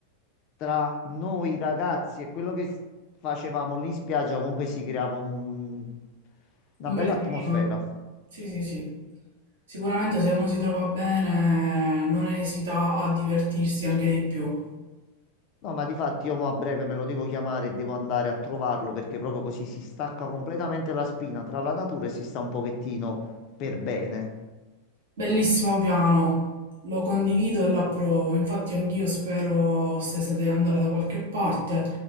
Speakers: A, on the left; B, on the right.
A: tra noi ragazzi e quello che s- facevamo lì in spiaggia comunque si creava un- una
B: Un
A: bella
B: bel
A: atmosfera.
B: clima. Sì, sì, sì. Sicuramente se uno si trova bene, non esita a divertirsi anche di più.
A: No, ma difatti io mo a breve me lo devo chiamare e devo andare a trovarlo perché proprio così si stacca completamente la spina tra la natura e si sta un pochettino per bene.
B: Bellissimo piano, lo condivido e l'approvo. Infatti anch'io spero stestate di andare da qualche parte.